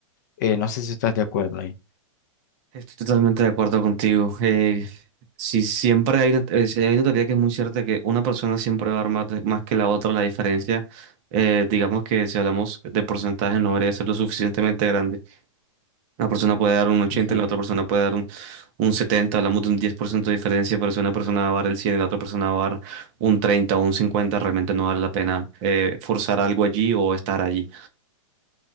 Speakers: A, on the left; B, on the right.
A: Eh, no sé si estás de acuerdo ahí.
B: Estoy totalmente de acuerdo contigo. Eh, si siempre hay una, eh, si hay una teoría que es muy cierta, que una persona siempre va a dar más, de- más que la otra, la diferencia, eh, digamos que si hablamos de porcentaje, no debería ser lo suficientemente grande. Una persona puede dar un ochenta
A: Ujú.
B: la otra persona puede dar un, un setenta hablamos de un 10% de diferencia, pero si una persona va a dar el 100 y la otra persona va a dar un 30 o un cincuenta realmente no vale la pena eh, forzar algo allí o estar allí.